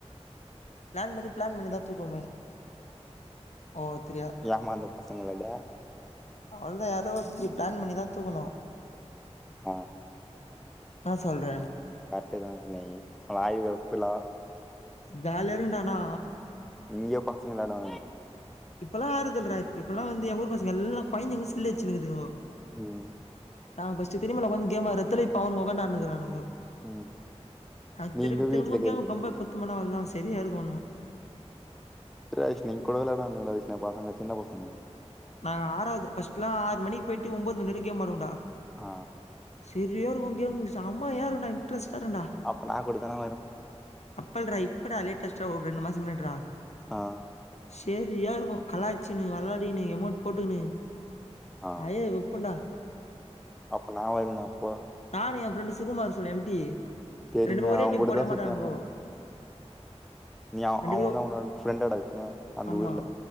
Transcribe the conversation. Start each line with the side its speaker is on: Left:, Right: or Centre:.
Left: ப்ளான் பண்ணி ப்ளான் பண்ணிதா தூக்குவோமே ஒவ்வொத்திரியா
Centre: ஆமா அந்த பசங்களட
Left: அவ்ள்தா யாரோ ஒர்த்தி ப்ளான் பண்ணிதா தூக்கணு
Centre: ஆ
Left: ன்னா சொல்ற
Centre: கர்ட்தானே விஷ்ணேய் ஆய்வெ உப்புலா
Left: ஜாலியாருக்குண்டா ஆனா
Centre: இங்க்யே பாத்துங்ளடா
Left: இப்பல்லா ஆறுதல்ற இப்பல்லா வந்து என் ஊர் பசங்க எல்லா கொய்ந்தங்களு செல்லு வெச்சினுக்கிதுவோ
Centre: ம்
Left: நாங் பஸ்ட்டு திரிமலா வந்த் கேமா ரத்துல இப்ப அவனு ஒக்கான்டு ஆடுன்னுக்கிறானுங்கோ
Centre: ம்
Left: அ
Centre: நீங்க
Left: திரும் திரும்ப
Centre: வீட்ல
Left: கேமு கம்பேக் குட்த்தமனா அவள் தா செரியா இருக்கு உன்னு
Centre: சுரேஷ் நீங் கூட வெளையாட வேனா வைஷ்ணு பசங்க சின்ன பசங்க
Left: நாங்க ஆறாவது ஃபஸ்ட் லா ஆறு மணிக்கு போய்ட்டு ஒம்போது மணி வரை கேம் ஆடுவோண்டா
Centre: ஆ
Left: செரிய இருக்கு கேமு செம்மய இருக்குண்டா இன்ரெஸ்டா இருக்குண்டா
Centre: அப்ப நா குடுத்தனா
Left: அப்பல்ரா இப்படா லேட்டஸ்ட்டா ஒரு ரெண்டு மாசோ முன்னாட்றா
Centre: ஆ
Left: செரியாருக்கு கலாயச்சினு வெளாடினு எமோட் போட்டுகினு
Centre: ஆ
Left: ஆயே உப்புண்டா
Centre: அப்ப நா வருவனா அப்போ
Left: நானு எ ஃப்ரெண்டு் சுகுமார் சொல்லு எம்டி
Centre: தெரியுமே
Left: ரெண்டுமே ஒரே
Centre: அவன்
Left: டீம்
Centre: கூட
Left: போடவே
Centre: தான் சுத்தியாமே
Left: மாட்டானுங்கோ
Centre: நீ அ
Left: ரெண்டு
Centre: அவ
Left: பேரு
Centre: தா ஒன்னோட ஃப்ரெண்டாட விஷ்ணு அந்த
Left: ஆமா
Centre: ஊர்ல